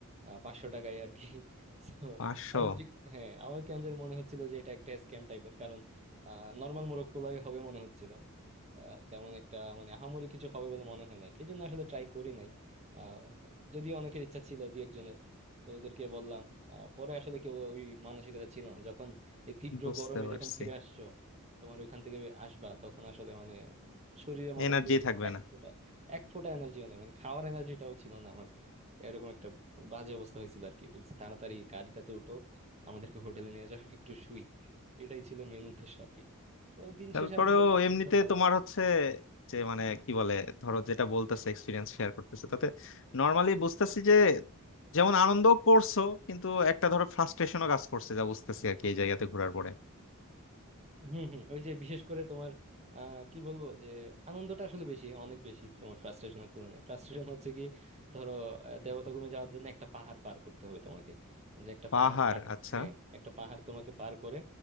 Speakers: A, on the right (about 30°); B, on the left (about 60°).
A: আহ, পাঁচশো টাকায় আর কি <laughs> So,
B: পাঁচশো
A: আমার যে- হ্যাঁ আমার কেমন যেন মনে হচ্ছিল যে এটা একটা স্ক্যাম টাইপের কারণ নর্মাল মোরগ পোলাই হবে মনে হচ্ছিল আহ, তেমন একটা মানে আহামরি কিছু হবে বলে মনে হয় না আর কি। এই জন্য আসলে ট্রাই করি নাই আহ, যদিও অনেকের ইচ্ছা ছিল দুই একজনের তো ওদেরকে বললাম আহ, পরে আসলে কেউ ওই মানসিকতা ছিল না যখন এই তীব্র
B: বুঝতে
A: গরমে
B: পারছি
A: যখন ফিরে আসছো তোমার ওইখান থেকে আসবা তখন আসলে মানে শরীরে মনে
B: এনার্জি
A: হয়
B: থাকবে
A: যে
B: না
A: এক ফোঁটা এনার্জিও নেই মানে খাওয়ার এনার্জিটাও ছিল না আমার এরকম একটা বাজে অবস্থা হয়েছিল আর কি বলছে তাড়াতাড়ি গাড়িটাতে উঠো আমাদেরকে হোটেলে নিয়ে যাও একটু শুই এটাই ছিল মেন উদ্দেশ্য আর কি তো দিন
B: তারপরেও
A: শেষে আসলে
B: এমনিতে
A: ভালো
B: তোমার হচ্ছে যে মানে কি বলে ধরো যেটা বলতেছে এক্সপিরিয়েন্স শেয়ার করতেছে তাতে নর্মালি বুঝতেছি যে যেমন আনন্দ করছো কিন্তু একটা ধরো ফ্রাস্ট্রেশনও কাজ করছে যা বুঝতেছি আর কি এই জায়গাতে ঘোরার পরে
A: হম হম ওই যে বিশেষ করে তোমার আহ কি বলবো যে আনন্দটা আসলে বেশি অনেক বেশি তোমার ফ্রাস্ট্রেশনের তুলনায় ফ্রাস্ট্রেশন হচ্ছে কি ধরো আহ, দেবতাগমে যাওয়ার জন্য একটা পাহাড় পার করতে হবে তোমাকে যে একটা
B: পাহাড়
A: পাহাড় পার
B: আচ্ছা
A: হ্যাঁ একটা পাহাড় তোমাকে পার করে